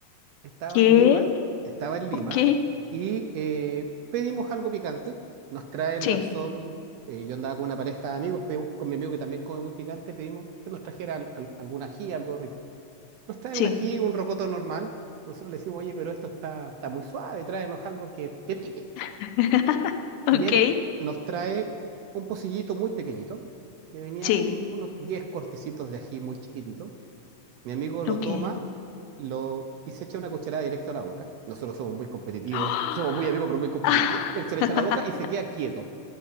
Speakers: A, on the right (about 75°); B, on the left (about 90°).
A: Estaba
B: ¿qué?
A: en Lima, estaba en Lima
B: Ok,
A: y eh, pedimos algo picante. Nos trae el
B: sí,
A: garzón, eh, yo andaba con una pareja de amigos, pedimos con mi amigo que también come muy picante, pedimos que nos trajera al- al- algún ají, algo rico. Nos trae
B: sí.
A: un ají, un rocoto normal. Nosotros le decimos, oye, pero esto está, está muy suave, tráenos algo que, que pique.
B: <laughs>
A: Y
B: Ok,
A: él nos trae un pocillito muy pequeñito, que venía
B: sí,
A: con unos 10 cortecitos de ají muy chiquitito. Mi amigo lo
B: ok.
A: toma lo, y se echa una cucharada directo a la boca. Nosotros somos muy competitivos,
B: <gasps>
A: somos muy amigos, pero muy competitivos.
B: Ah.
A: Él se lo echa a la boca y
B: <laughs>
A: se queda quieto.